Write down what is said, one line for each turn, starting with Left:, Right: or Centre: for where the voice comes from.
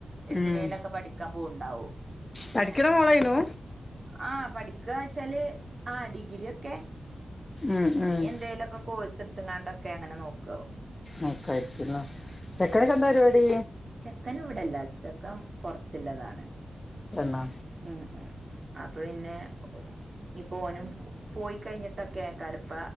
Right: എന്തിനേലൊക്കെ
Left: ഉം
Right: പഠിക്കാൻ പോണ്ടാവും
Left: പഠിക്കണ
Right: ഏ
Left: മോളായിനു
Right: ആഹ പഠിക്കുക വച്ചാല് ആഹ ഡിഗ്രി ഒക്കെ
Left: ഉം ഉം
Right: ഇനി എന്തേലുമൊക്കെ കോഴസ് എടുത്ത്ങ്ങാണ്ടൊക്കെ അങ്ങനെ നോക്കുവോ
Left: ആ കഴിച്ചല്ലോ പെക്കനക്കെ എന്താ പരിപാടി
Right: ചെക്കന് ഇവിടെല്ല ചക്കൻ പൊറത്തിുള്ളതാണ്
Left: പെണ്ണോ
Right: ഉം ഉം അപ്പൊ പിന്നെ ഇപ്പോ നും പോയി കഴിഞ്ഞിട്ടൊക്കെ കരപ്പ